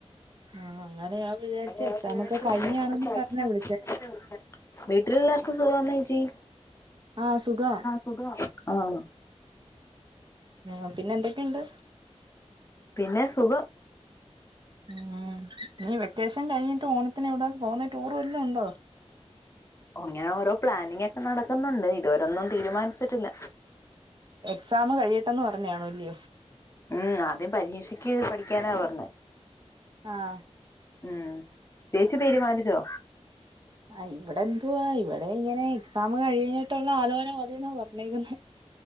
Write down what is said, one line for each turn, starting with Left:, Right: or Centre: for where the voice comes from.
Right: ആഹ് അങ്ങനെ ഞാൻ വിചാരിച്ച്
Left: <inaudible>
Right: എക്സാം ഒക്കെ കഴിഞ്ഞാണെന്ന് പറഞ്ഞാ വിളിച്ചേ
Left: വീട്ടിലെല്ലാർക്കും സുഖാവാനോ ചേച്ചി?
Right: ആഹ് സുഖവാ
Left: സുഖവാ ആഹ്
Right: ആഹ് പിന്നെ എന്തൊക്കെയുണ്ട്
Left: പിന്നെ സുഖം
Right: ഉം നീ വെക്കേഷൻ കഴിഞ്ഞിട്ട് ഓണത്തിന് എവിട പോന്നെ ടൂർ വല്ലോം ഉണ്ടോ?
Left: ഇങ്ങനെ ഓരോ പ്ലാനിങ്ങ് ഒക്കെ നടക്കുന്നൊണ്ട് ഇതുവരൊന്നും തീരുമാനിച്ചിട്ടില്ല
Right: എക്സാമ് കഴിയട്ടന്ന് പറഞ്ഞ് കാണും അല്യോ
Left: ഉം ആദ്യം പരീക്ഷക്ക് പഠിക്കാനാ പറഞ്ഞത്
Right: ആഹ്
Left: ഉം ചേചി തീരുമാനിച്ചോ
Right: ആഹ് ഇവിടെ എന്തുവാ ഇവിടെ ഇങ്ങനെ എക്സാം കഴിഞ്ഞിട്ടുള്ള ആലോചന മതിന്ന പറഞ്ഞിക്കുന്നെ